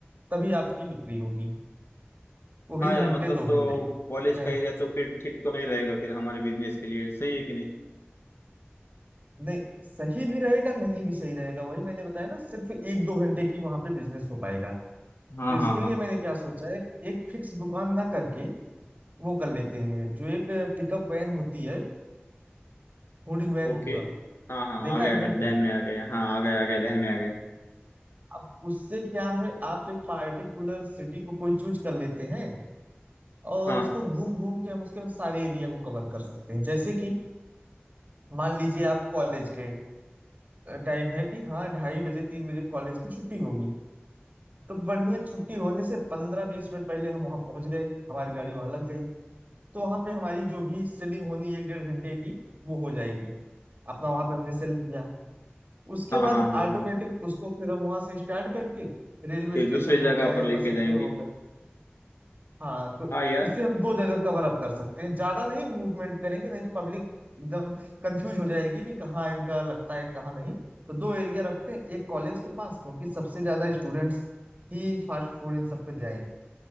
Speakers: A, on the right; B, on the left.
A: तभी आपकी बिक्री होगी वो भी
B: हाँ
A: घंटे
B: यार मतलब
A: दो
B: तो
A: घंटे
B: कॉलेज
A: घं-
B: का एरिया तो फिर ठीक तो नहीं रहेगा फिर हमारे बिजनेस के लिए सही है कि नहीं
A: नहीं सही भी रहेगा नहीं भी सही रहेगा वही मैंने बताया ना सिर्फ एक दो घंटे की वहां पे बिजनेस हो पाएगा
B: हाँ
A: तो इसके
B: हाँ हाँ
A: लिए मैंने क्या सोचा है एक फिक्स दुकान ना करके वो कर लेते हैं जो एक पिकअप वैन होती है फूडिंग वैन
B: ओके
A: पूरा
B: हाँ हाँ
A: देखा
B: आ गया
A: है कि
B: मेरे
A: नहीं कभी
B: ध्यान में आ गया हाँ आ गया आ गया ध्यान में आ गया
A: अब उससे क्या है आप एक पार्टिकुलर सिटी को कोई चूज कर लेते हैं और
B: हाँ
A: उसको घूम घूम के हम उसके सारे एरिया को कवर कर सकते हैं जैसे कि मान लीजिए आप कॉलेज के टाइम है कि हाँ ढाई बजे तीन बजे कॉलेज की छुट्टी होगी तो बढ़िया छुट्टी होने से पंद्रह बीस मिनट पहले हम वहां पहुंच गए हमारी गाड़ी वहां लग गई तो वहां पे हमारी जो भी सेलिंग होनी एक डेढ़ घंटे की वो हो जाएगी अपना वहां पे हमने सेल किया उसके
B: हाँ
A: बाद
B: हाँ हाँ
A: ऑटोमेटिक
B: हाँ
A: उसको फिर हम वहां से स्टार्ट करके रेलवे
B: फिर
A: स्टेशन
B: दूसरे
A: हो
B: जगह
A: गया या
B: पर लेके
A: बस अड्डे
B: जाएंगे
A: हो गए हाँ तो
B: हाँ यार
A: इससे हम दो जगह कवर अप कर सकते हैं ज्यादा नहीं मूवमेंट करेंगे नहीं तो पब्लिक एकदम कंफ्यूज हो जाएगी कि कहाँ इनका लगता है कहाँ नहीं तो दो एरिया रखते हैं एक कॉलेज के पास क्योंकि सबसे ज्यादा स्टूडेंट्स ही फास्ट फूड इन सब पे जाएंगे